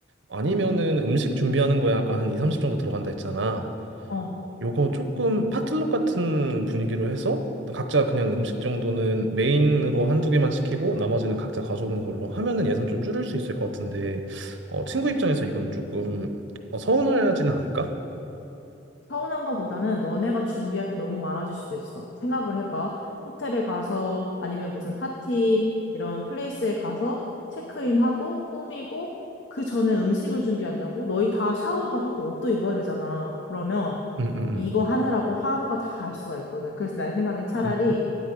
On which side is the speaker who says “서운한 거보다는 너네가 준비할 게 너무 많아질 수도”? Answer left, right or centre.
Left